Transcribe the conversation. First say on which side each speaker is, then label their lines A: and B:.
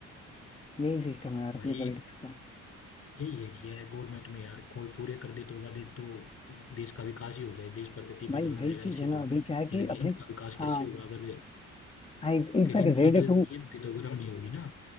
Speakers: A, on the left (about 20°); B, on the left (about 50°).
A: यही सिस्टम है यार
B: भाई
A: अपने पॉलिटिक्स का
B: यही ये किया है गवर्नमेंट में यार कोई पूरे कर दे तो वादे तो देश का विकास ही हो जाए देश प्रगति
A: भाई
B: पे चल
A: वही
B: जाएगा
A: चीज
B: इससे
A: है ना
B: तो
A: अभी क्या है कि
B: लेकिन
A: अपने
B: इनका विकास
A: हाँ
B: कैसे होगा अगर
A: हाँ in fact
B: फिर इनकी
A: Raid
B: जो
A: two
B: जेब भी तो गर्म नहीं होगी ना